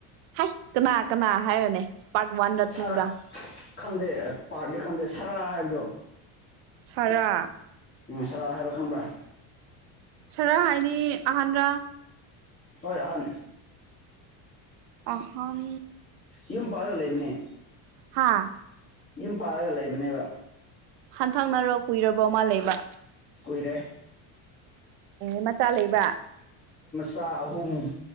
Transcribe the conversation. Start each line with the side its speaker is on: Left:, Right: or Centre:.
Right: ꯍ ꯀꯅꯥ ꯀꯅꯥ ꯍꯥꯏꯌꯣꯅꯦ ꯄꯔꯠ ꯋꯥꯟ ꯔ
Left: ꯁꯥꯔ
Right: ꯇꯨ ꯔ
Left: ꯈꯪꯗꯦ ꯄꯥꯔꯠꯗꯤ ꯈꯪꯗꯦ ꯁꯔꯥ ꯍꯥꯏꯕꯗꯣ
Right: ꯈꯔ
Left: ꯁꯔ ꯍꯥꯏꯂꯀꯕ꯭ꯔ
Right: ꯁꯔ ꯍꯥꯏꯅꯤ ꯑꯍꯥꯟꯕ
Left: ꯍꯣꯏ ꯑꯍꯅꯤ
Right: ꯑꯍꯥꯟ
Left: ꯌꯨꯝ ꯄꯥꯔꯒ ꯂꯩꯕꯅꯦ
Right: ꯍꯥꯥ
Left: ꯌꯨꯝ ꯄꯥꯔꯒ ꯂꯩꯕꯅꯦꯕ
Right: ꯍꯟꯊꯥꯡꯅꯔꯣ ꯀꯨꯏꯔꯕ꯭ꯔꯣ ꯃꯥ ꯂꯩꯕ
Left: ꯀꯨꯣꯏꯔ
Right: ꯑꯦ ꯃꯆꯥ ꯂꯩꯕ꯭ꯔ
Left: ꯆꯍꯨꯝ